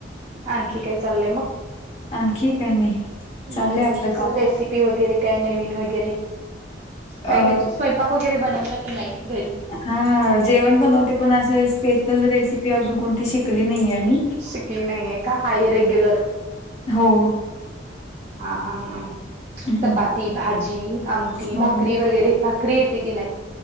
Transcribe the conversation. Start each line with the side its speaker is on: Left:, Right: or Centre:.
Right: आणखी काही चाललंय मग.
Left: आणखी काही नाही. चाललंय
Right: नाय मी
Left: आपलं
Right: नाय असं
Left: काम.
Right: रेसिप पी वगैरे काय नवीन वगैरे,
Left: अ,
Right: काही स्वयंपाक वगैरे बनवता की नाही घरी.
Left: ह, जेवण बनवते पण, असे स्पेशल रेसिपी अजून कोणती शिकली नाहीये मी.
Right: शिकली नाहीये का? हाय रेग्युलर
Left: हो.
Right: हा हा ह.
Left: हम्म.
Right: चपाती, भाजी, आमटी
Left: हो,
Right: भाकरी वगैरे भाकरी येते की नाही?